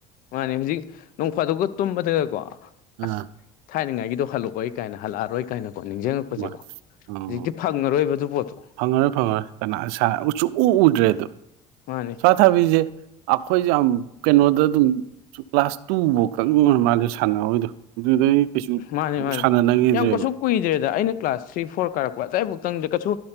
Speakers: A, on the left; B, on the right.
A: ꯃꯥꯅꯦ ꯍꯧꯖꯤꯛ ꯅꯣꯡꯐꯥꯗꯣꯛꯒ ꯇꯨꯝꯕꯗꯒꯀꯣ
B: ꯑꯥ
A: ꯑꯁ ꯊꯥꯏꯅꯉꯩꯒꯤꯗꯣ ꯍꯜꯂꯛꯑꯣꯏ ꯀꯥꯏꯅ ꯍꯂꯛꯑꯔꯣꯏ ꯀꯥꯏꯅꯀꯣ ꯅꯤꯡꯖꯪꯉꯛ ꯄꯖꯤꯀꯣ
B: ꯃꯥ
A: ꯍꯧꯖꯤꯛꯇꯤ
B: ꯎꯝ
A: ꯐꯪꯉꯔꯣꯏꯕ ꯑꯗꯨ ꯄꯣꯠꯇꯣ
B: ꯐꯪꯉꯔꯣꯏ ꯐꯪꯉꯔꯣꯏ ꯀꯅꯥ ꯁꯥ ꯎꯁꯨ ꯎ ꯎꯗ꯭ꯔꯦꯗꯨ
A: ꯃꯥꯅꯦ
B: ꯁꯠ ꯊꯕꯤꯁꯦ ꯑꯩꯈꯣꯏꯁꯦ ꯌꯥꯝ ꯀꯩꯅꯣꯗ ꯑꯗꯨꯝ ꯁꯨ ꯀ꯭ꯂꯥꯁ ꯇꯨꯕꯧꯇꯪ ꯑꯣꯏ ꯃꯥꯜꯂꯦ ꯁꯥꯟꯅꯍꯧꯔꯤꯗꯣ ꯑꯗꯨꯗꯩ ꯀꯩꯁꯨ
A: ꯃꯥꯅꯤ ꯃꯥꯅꯤ
B: ꯁꯥꯟꯅꯅꯈꯤꯗ꯭ꯔꯦꯕ
A: ꯌꯥꯝ ꯀꯩꯁꯨ ꯀꯨꯏꯗ꯭ꯔꯦꯗ ꯑꯩꯅ ꯀ꯭ꯂꯥꯁ ꯊ꯭ꯔꯤ ꯐꯣꯔ ꯀꯥꯔꯛꯄ ꯑꯗꯥꯏꯐꯧꯇꯪꯗꯤ ꯀꯩꯁꯨ